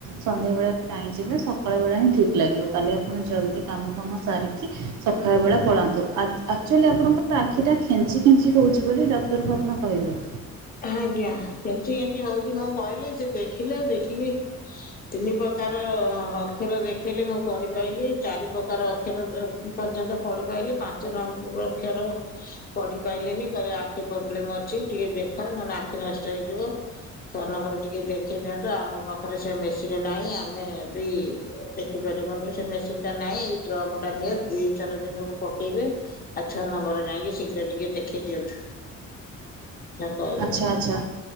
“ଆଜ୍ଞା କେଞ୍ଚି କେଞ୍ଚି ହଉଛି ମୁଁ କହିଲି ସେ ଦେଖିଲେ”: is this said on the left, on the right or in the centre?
Left